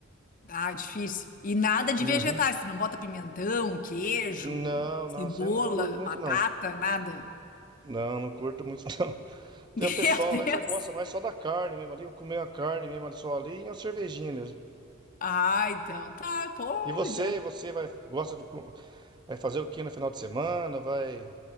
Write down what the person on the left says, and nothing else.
Ah, difícil. E nada de
vegetais. Tu não bota pimentão, queijo,
cebola,
batata,
nada.
<laughs> Meu
Deus.
Ah, então tá. Pô,
então.